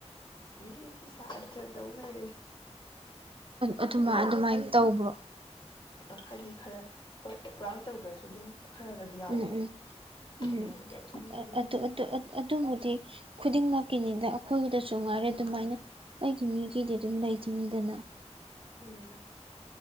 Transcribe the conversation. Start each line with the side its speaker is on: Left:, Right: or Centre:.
Left: ꯃꯤꯒꯤ ꯁꯥꯇ꯭ꯔ ꯇꯧ ꯂꯩꯔꯦ
Right: ꯑꯗꯨꯃꯥꯏ ꯑꯗꯨꯃꯥꯏꯅ ꯇꯧꯕ꯭ꯔꯣ
Left: ꯑ ꯍꯥꯏꯗꯤ ꯈꯔ ꯍꯣꯏ ꯄꯨꯔꯥ ꯑꯣꯏꯅ ꯇꯧꯗ꯭ꯔꯁꯨ ꯑꯗꯨꯝ ꯈꯔꯒꯗꯤ ꯌꯥꯎꯕꯗꯣ
Right: ꯎꯝ ꯎꯝ ꯎꯝ
Left: ꯑꯗꯨꯃꯥꯏꯅ ꯇꯧꯋꯦ ꯃꯤꯉꯩ
Right: ꯑ ꯑꯗꯨ ꯑꯗꯨ ꯑ ꯑꯗꯨꯕꯨꯗꯤ ꯈꯨꯗꯤꯡꯃꯛ ꯀꯤꯅꯤꯗ ꯑꯩꯈꯣꯏꯒꯤꯗꯁꯨ ꯆꯉꯥꯏꯔꯦ ꯑꯗꯨꯃꯥꯏꯅ
Left: ꯃꯥꯅꯦ
Right: ꯑꯩꯒꯤ ꯃꯤꯒꯤꯗꯤ ꯑꯗꯨꯝ ꯂꯩ ꯏꯪꯉꯤꯗꯅ
Left: ꯎꯝ